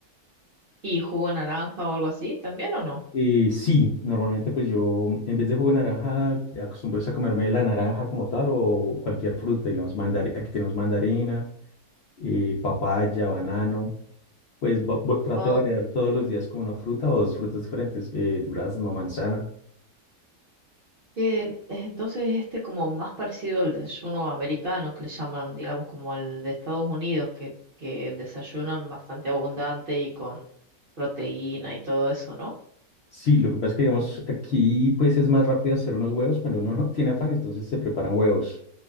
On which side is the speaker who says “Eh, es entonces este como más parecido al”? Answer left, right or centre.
Right